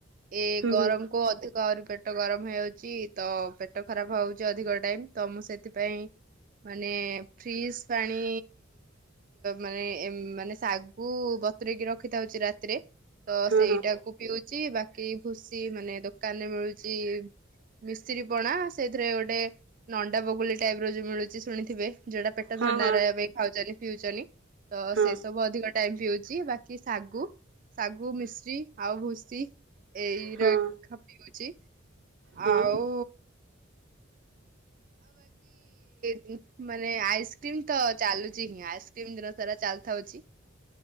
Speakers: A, on the right (about 45°); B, on the right (about 65°).
A: ଏ
B: ହୁଁ
A: ଗରମ
B: ହୁଁ
A: କୁ ଅଧିକ ଗାଁରୁ ପେଟ ଗରମ ହେଇଯାଉଛି ତ ପେଟ ଖରାପ ହଉଛି ଅଧିକ ଟାଇମ୍ ତ ମୁଁ ସେଥିପାଇଁ ମାନେ ଫ୍ରିଜ ପାଣି ମାନେ ମାନେ ଶାଗୁ ବତୁରେଇକି ରଖିଦଉଛି ରାତିରେ ତ
B: ହଁ
A: ସେଇଟାକୁ
B: ହଁ
A: ପିଉଛି ବାକି ଭୁସି ମାନେ ଦୋ ଦୋକାନରେ ମିଳୁଛି ମିଶ୍ରି ପଣା ସେଇଥିରେ ଗୋଟେ ନଣ୍ଡା ବଗୁଲି ଟାଇପ ର ଯୋଉ ମିଳୁଛି ଶୁଣିଥିବେ ଯୋଉଟା ପେଟ
B: ହଁ
A: ଥଣ୍ଡା
B: ହଁ
A: ରହିବା ପାଇଁ ଖାଉଛନ୍ତି ପିଉଚନ୍ତି ତ
B: ହଁ
A: ସେ ସବୁ ଅଧିକ ଟାଇମ ପିଉ ଚି ବାକି ଶାଗୁ ଶାଗୁ ମିଶ୍ରୀ ଆଉ ଭୁସି ଏଇରା
B: ହଁ
A: ଖ ପିଉଚି
B: ହଁ
A: ଆଉ ଇ ମାନେ ଆଇସ୍କ୍ରିମ ତ ଚାଲୁଚି ହିଁ ଆଇସ୍କ୍ରିମ ଦିନ ସାରା ଚାଲିଥାଉଚି।